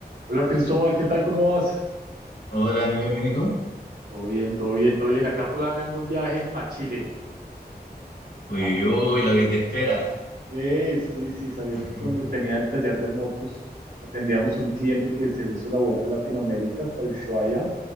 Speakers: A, on the right; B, on the left.
A: Hola Cristóbal, ¿qué tal? ¿Cómo vas?
B: Hola, amiga, ¿bien y tú?
A: Todo bien, todo bien, todo bien. Acá planeando un viaje para Chile.
B: Uy,
A: Sabía-
B: uy, uy, lo que te espera.
A: Eh, sí, sí, sabías
B: <laughs>
A: que cuando tenía el taller de motos atendíamos a un cliente que se hizo la vuelta a Latinoamérica hasta Ushuaia